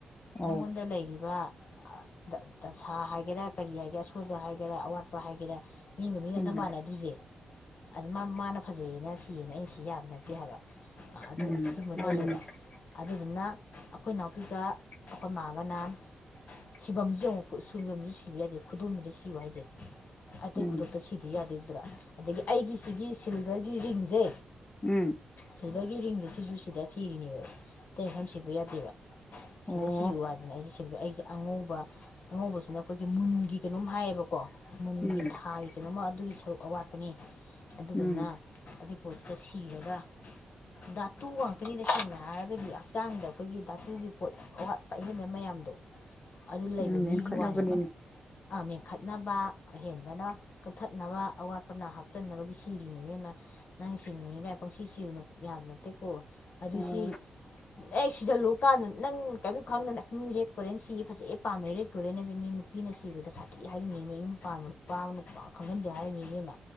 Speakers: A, on the left; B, on the left.
A: ꯑꯧ
B: ꯅꯪꯉꯣꯟꯗ ꯂꯩꯔꯤꯕ ꯑ ꯗ ꯗꯁꯥ ꯍꯥꯏꯒꯦꯔꯥ ꯀꯔꯤ ꯍꯥꯏꯒꯦꯔꯥ ꯑꯁꯣꯏꯕ ꯍꯥꯏꯒꯦꯔꯥ ꯑꯋꯥꯠꯄ ꯍꯥꯏꯒꯦꯔꯥ ꯃꯤꯝꯒ ꯃꯤꯒ
A: ꯎꯝ
B: ꯑꯝꯇ ꯃꯥꯟꯅꯗ꯭ꯔꯤꯁꯦ ꯑꯗꯨ ꯃꯥ ꯃꯥꯅ ꯐꯖꯩꯌꯦꯅ ꯁꯤꯌꯦꯅ ꯑꯩꯅ ꯁꯤ ꯌꯥꯕ ꯅꯠꯇꯦ ꯍꯥꯏꯕ ꯑ ꯑꯗꯨꯒꯨꯝꯕ
A: ꯎꯝ ꯎꯝ ꯃꯥꯅꯤꯅꯦ
B: ꯂꯩꯌꯦꯕ ꯑꯗꯨꯗꯨꯅ ꯑꯈꯣꯏ ꯅꯥꯎꯄꯤꯒ ꯑꯈꯣꯏ ꯃꯥꯒꯅ ꯁꯤꯐꯝꯁꯨ ꯌꯦꯡꯉꯣ ꯈꯨ ꯁꯨ ꯁꯤꯕ ꯌꯥꯗꯦ ꯈꯨꯗꯣꯝꯕꯤꯗ ꯁꯤꯌꯨ ꯍꯥꯏꯁꯦ ꯑꯇꯩ
A: ꯎꯝ
B: ꯈꯨꯗꯛꯇ ꯁꯤꯗꯤ ꯌꯥꯗꯣꯏꯗꯨ꯭ꯔꯥ ꯑꯗꯒꯤ ꯑꯩꯒꯤ ꯁꯤꯒꯤ ꯁꯤꯜꯚꯔꯒꯤ ꯔꯤꯡꯁꯦ
A: ꯎꯝ
B: ꯁꯤꯜꯚꯔꯒꯤ ꯔꯤꯡꯁꯦ ꯁꯤꯁꯨ ꯁꯤꯗ ꯁꯤꯔꯤꯅꯦꯕ ꯑꯇꯩ ꯃꯐꯝ ꯁꯤꯕ ꯌꯥꯗꯦꯕ ꯁꯤꯗ
A: ꯑꯣ
B: ꯁꯤꯌꯨ ꯍꯥꯏꯗꯅ ꯑꯩꯁꯦ ꯁꯤꯜꯚꯔ ꯑꯩꯁꯦ ꯑꯉꯧꯕ ꯑꯉꯧꯕꯁꯤꯅ ꯈꯣꯏꯒꯤ ꯃꯨꯟꯒꯤ ꯀꯩꯅꯣꯝ ꯍꯥꯏꯌꯦꯕꯀꯣ ꯑꯣ ꯃꯨꯟꯒꯤ
A: ꯎꯝ
B: ꯊꯥꯒꯤ ꯀꯩꯅꯣꯃ ꯑꯗꯨꯒꯤ ꯁꯔꯨꯛ ꯑꯋꯥꯠꯄꯅꯦ ꯑꯗꯨꯗꯨꯅ
A: ꯎꯝ
B: ꯑꯗꯨꯏ ꯄꯣꯠꯇ ꯁꯤꯔꯒ ꯗꯥꯇꯨ ꯉꯥꯛꯇꯅꯤꯗ ꯁꯦꯡꯅ ꯍꯥꯏꯔꯒꯗꯤ ꯍꯛꯆꯥꯡꯗ ꯑꯈꯣꯏꯒꯤ ꯗꯥꯇꯨꯒꯤ ꯄꯣꯠ ꯑꯋꯥꯠꯄ ꯑꯍꯦꯟꯕ ꯃꯌꯥꯝ
A: <inaudible>
B: ꯑꯗꯨ ꯂꯩꯕ
A: ꯎꯝ ꯃꯦꯟꯈꯠꯅꯕꯅꯤꯅꯦ
B: ꯃꯤꯒꯤ ꯋꯥꯅꯦꯕ ꯑ ꯃꯦꯟꯈꯠꯅꯕ ꯑꯍꯦꯟꯕꯅ ꯀꯛꯊꯠꯅꯕ ꯑꯋꯥꯠꯄꯅ ꯍꯥꯞ ꯆꯟꯅꯕꯒꯤ ꯁꯤꯔꯤꯅꯦ ꯃꯦꯝꯃ ꯅꯪ ꯁꯤꯅꯤꯡꯉꯤꯒꯥꯏ ꯄꯪꯁꯤ ꯁꯤꯔꯨꯅꯨ ꯌꯥꯕ ꯅꯠꯇꯦꯀꯣ ꯑꯗꯨ
A: ꯑꯣ
B: ꯁꯤ ꯑꯦ ꯁꯤꯖꯜꯂꯨ ꯀꯥꯟꯗ ꯅꯪ ꯀꯥꯏꯕꯤꯌꯨ ꯈꯪꯗꯅ ꯑꯁ ꯃꯤ ꯔꯦꯠ ꯀꯣꯔꯦꯟ ꯁꯤ ꯐꯖꯩ ꯄꯥꯝꯃꯦ ꯔꯦꯗ ꯀꯣꯔꯦꯟ ꯍꯥꯏꯁꯦ ꯃꯤꯅꯤ ꯅꯨꯄꯤꯅ ꯁꯤꯕꯗ ꯁꯥꯊꯤ ꯍꯥꯏꯔꯤꯅꯤ ꯃꯌꯨꯝ ꯄꯥꯟꯕ ꯅꯨꯄꯥ ꯑꯃꯅ ꯄꯥ ꯈꯪꯍꯟꯗꯦ ꯍꯥꯏꯔꯤꯅꯤ ꯏꯕꯦꯝꯃ